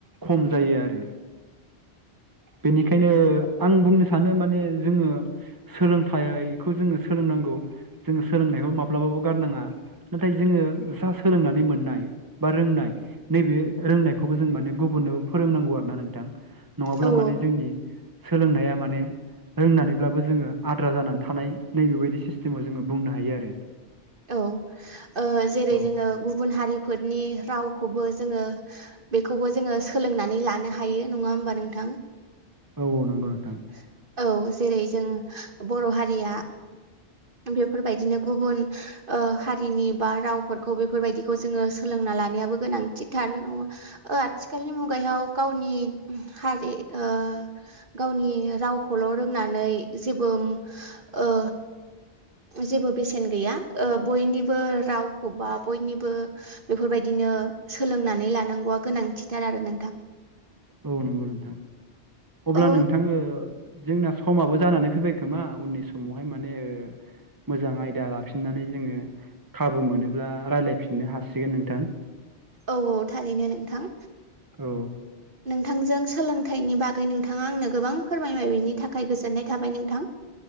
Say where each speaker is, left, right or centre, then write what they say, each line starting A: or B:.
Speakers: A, on the right; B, on the right.
A: खम जायो आरो। बेनिखायनो आं बुंनो सानो माने जोङो सोलोंथाइखौ जोङो सोलोंनांगौ जोङो सोलोंनायखौ माब्लाबाबो गारनाङा। नाथाय जोङो जा सोलोंनानै मोननाय बा रोंनाय नैबे रोंनायखौबो जों माने गुबुननोबो फोरोंनांगौ आरो ना नोंथां। नङाब्ला
B: औ
A: माने जोंनि सोलोंनाया माने रोंनानैब्लाबो जोङो आद्रा जानानै थानाय नैबेबायदि सिस्टेमाव जोङो बुंनो हायो। आरो-
B: औ-औ जेरै
A: औ
B: जोङो गुबुन हारिफोरनि रावखौबो जोङो बेखौबो जोङो सोलोंनानै लानो हायो नङा होमबा नोंथां? <inaudible>
A: औ औ नंगौ नोंथां
B: <unintelligible> औ जेरै जों बर' हारिया बेफोरबायदिनो गुबुन ओ हारिनि बा रावफोरखौ बेफोरबायदिखौ जोङो सोलोंना लानायाबो गोनांथिथार नङा ओ आथिखालनि मुगायाव गावनि हारिओ गावनि रावखौल' रोंनानै जेबो ओ जेबो बेसेन गैया बयनिबो रावखौ बा बयनिबो बेफोरबायदिनो सोलोंनानै लानांगौआ गोनांथिथार आरो नोंथां
A: औ नंगौ नोंथां। अब्ला
B: औ
A: नोंथाङो जोंना समाबो जानानै फैबाय खोमा उननि समावहाय माने ओ मोजां आयदा लाफिननानै जोङो खाबु मोनोब्ला रायज्लायफिननो हासिगोन नोंथां।
B: औ औ थारैनो ओ नोंथां
A: औ
B: नोंथांजों सोलोंथाइनि बागै नोंथाङा आंनो गोबां फोरमायबाय बिनि थाखाय गोजोननाय थाबाय नोंथां।